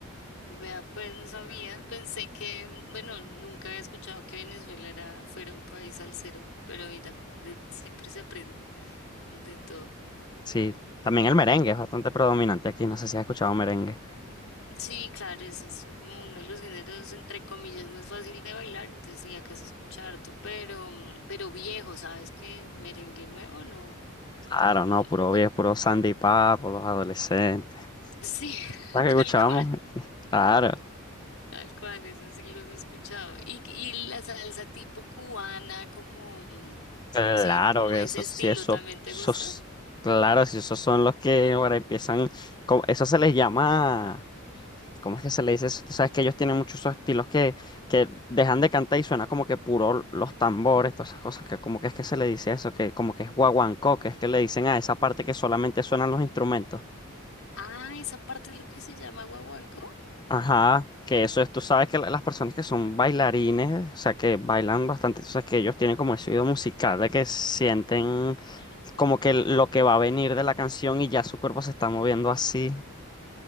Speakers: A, on the left; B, on the left.
A: Vea, pues no sabía, pensé que, mm, bueno, nunca había escuchado que Venezuela era, fuera un país salsero, pero mira, de- siempre se aprende de todo.
B: Sí, también el merengue es bastante predominante aquí, no sé si has escuchado merengue.
A: Sí, claro, ese es como uno de los géneros, entre comillas, más fácil de bailar, entonces sí, acá se escucha harto, pero, mm, pero viejo, ¿sabes qué? Merengue nuevo, no,
B: Claro, no,
A: no,
B: puro
A: no,
B: viejo, puro Sandy Papo, los adolescentes.
A: sí,
B: ¿Sabes
A: <laughs>
B: qué escuchábamos?
A: tal cual,
B: <laughs> Claro.
A: tal cual, eso sí los he escuchado. Y, y la salsa tipo cubana, como, mm,
B: Claro
A: sí, como
B: que
A: ese
B: eso
A: estilo,
B: sí, eso,
A: ¿también te
B: esos,
A: gusta?
B: claro, si esos son los que ahora empiezan, co- eso se les llama, ¿cómo es que se le dice eso? Tú sabes que ellos tienen muchos esos estilos que, que dejan de cantar y suena como que puro los tambores, todas esas cosas, que como que es que se le dice eso, que como que es guaguancó, que es que le dicen a
A: Mm.
B: esa parte que solamente suenan los instrumentos.
A: Ah, esa parte es lo que se llama guaguancó.
B: Ajá, que eso es, tú sabes que la- las personas que son bailarines, o sea, que bailan bastante, entonces que ellos tienen como ese oído musical de que sienten como que lo que va a venir de la canción y ya su cuerpo se está moviendo así.